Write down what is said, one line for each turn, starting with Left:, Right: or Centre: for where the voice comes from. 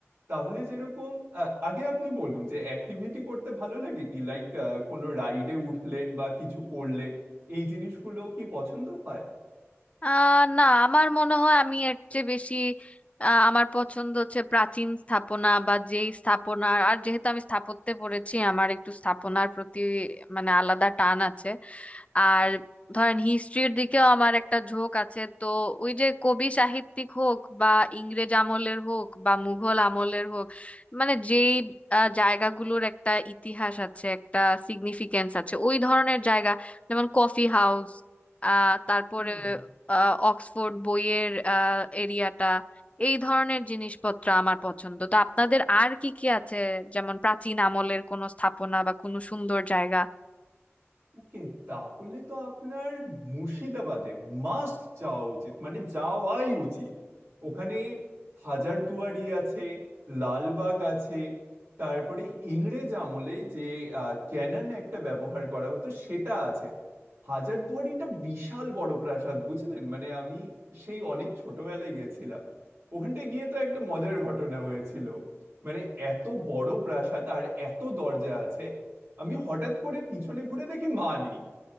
Right: তাহলে যেরকম আহ, আগে আপনি বলুন যে অ্যাক্টিভিটি করতে ভালো লাগে কি লাইক কোনো রাইডে উঠলেন বা কিছু করলেন এই জিনিসগুলো কি পছন্দ হয়
Left: আহ না আমার মনে হয় আমি এর চেয়ে বেশি আহ, আমার পছন্দ হচ্ছে প্রাচীন স্থাপনা বা যেই স্থাপনা আর যেহেতু আমি স্থাপত্যে পড়েছি আমার একটু স্থাপনার প্রতি মানে আলাদা টান আছে আর ধরেন হিস্ট্রির দিকেও আমার একটা ঝোঁক আছে তো ওই যে কবি সাহিত্যিক হোক বা ইংরেজ আমলের হোক বা মুঘল আমলের হোক মানে যেই আহ, জায়গাগুলোর একটা ইতিহাস আছে একটা সিগনিফিকেন্স আছে ওই ধরনের জায়গা যেমন কফি হাউস আহ তারপরে
Right: হুম
Left: আহ, অক্সফোর্ড বইয়ের আহ, এরিয়াটা এই ধরনের জিনিসপত্র আমার পছন্দ তো আপনাদের আর কি কি আছে যেমন প্রাচীন আমলের কোনো স্থাপনা বা কোনো সুন্দর জায়গা
Right: ওকে তাহলে তো আপনার মুর্শিদাবাদে মাস্ট যাওয়া উচিত মানে যাওয়াই উচিত ওখানে হাজারদুয়ারি আছে লালবাগ আছে তারপরে ইংরেজ আমলে যে ক্যানন একটা ব্যবহার করা হতো সেটা আছে হাজারদুয়ারিটা বিশাল বড় প্রাসাদ বুঝলেন মানে আমি সেই অনেক ছোটবেলায় গেছিলাম ওখানটায় গিয়ে তো একটা মজার ঘটনা হয়েছিল মানে এত বড় প্রাসাদ আর এত দরজা আছে আমি হঠাৎ করে পিছনে ঘুরে দেখি মা নেই